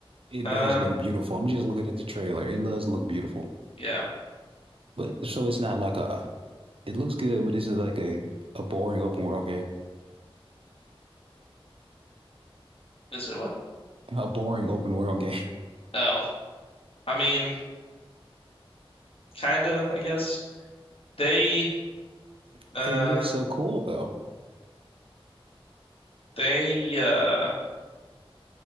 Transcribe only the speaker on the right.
It
does look beautiful. I'm just looking at the trailer. It does look beautiful.
But so it's not like a it looks good, but this is like a a boring open world game.
A boring open world game. <laughs>
But it looks so cool though.